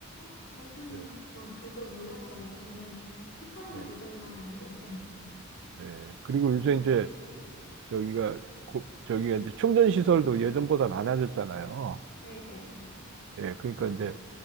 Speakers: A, on the left; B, on the right.
A: 그렇군요.
B: 네,
A: 전 그걸 몰랐어요. 저는 초창기
B: 네,
A: 모델만 알고 있었나 봐요.
B: 네. 그리고
A: 음,
B: 요새 이제 저기가 고- 저기가 이제 충전 시설도 예전보다 많아졌잖아요.
A: 네네네.
B: 예,
A: 그렇죠.
B: 그러니까 이제